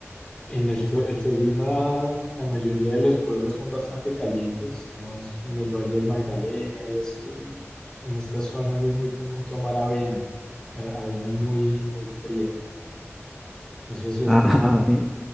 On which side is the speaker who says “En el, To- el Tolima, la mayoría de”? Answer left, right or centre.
Left